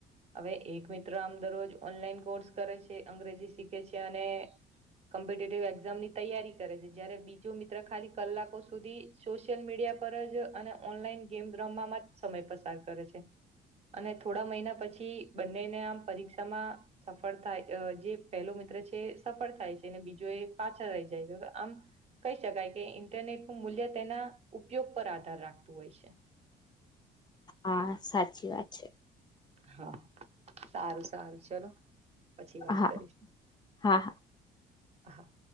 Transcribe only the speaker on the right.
હવે એક મિત્ર આમ દરરોજ ઓનલાઈન કોર્સ કરે છે, અંગ્રેજી શીખે છે અને કોમ્પિટેટિવ એક્ઝામ ની તૈયારી કરે છે. જયારે બીજું મિત્ર ખાલી કલાકો સુધી સોશિયલ મીડિયા પર જ અને ઓનલાઈન ગેમ રમવાવામાં જ સમય પસાર કરે છે. અને થોડા મહિના પછી બંનેને આમ પરીક્ષામાં સફળ થાય અ જે પહેલો મિત્ર છે સફળ થાય છે અને બીજો એ પાછળ રહી જાય છે તો આમ કહી શકાય કે ઇન્ટરનેટ મૂલ્ય તેના ઉપયોગ પર આધાર રાખતું હોય છે.
હા, સારું સારું ચલો પછી વાત
કરીશ.
હા.